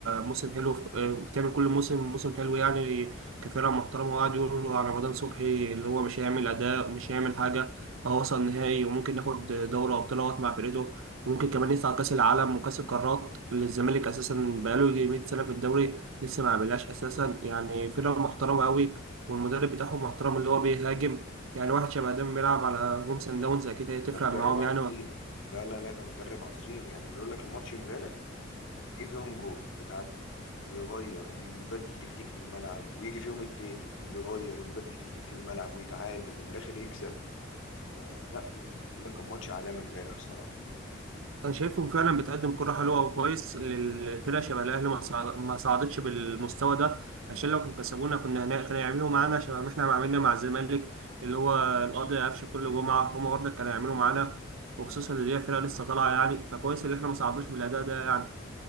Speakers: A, on the right; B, on the left.
A: موسم حلو في- آه، بتعمل كل موسم موسم حلو يعني كفرقة محترمة وقعد يقولوا على رمضان صبحي اللي هو مش هيعمل أداء ومش هيعمل حاجة هو وصل نهائي وممكن ياخد دوري أبطال أهوت مع فرقته وممكن كمان يطلع كأس العالم وكأس القارات اللي الزمالك أساسا بقاله يجي 100 سنة في الدوري لسه ما عملهاش أساسا يعني فرقة محترمة أوي والمدرب بتاعهم محترم اللي هو بيهاجم يعني واحد شبه ده بيلعب على جون سان داونز اكيد هتفرق
B: ده مدرب
A: معاهم
B: عظيم
A: يعني
B: لا لا لا ده مدرب عظيم يعني بيقول لك الماتش امبارح جه فيهم جون اتعادلوا ويغير ويبدل تكتيك في الملعب ويجي فيهم التاني ويغير ويبدل تكتيك في الملعب ويتعادل وفي الآخر يكسب فلا لا بيقول لك كان ماتش عالمي امبارح الصراحة
A: انا شايفهم فعلا بتقدم كرة حلوة وكويس للفرقة شبه الاهلي ما صعد- ما صعدتش بالمستوى ده عشان لو كانوا كسبونا كنا هنا كانوا يعملوا معانا شبه ما احنا عملنا مع الزمالك اللي هو القاضي قفشه كل جمعة هم برضه كانوا يعملوا معانا وخصوصا اللي هي فرقة لسه طالعة يعني فكويس اللي احنا ما صعدناش بالاداء ده يعني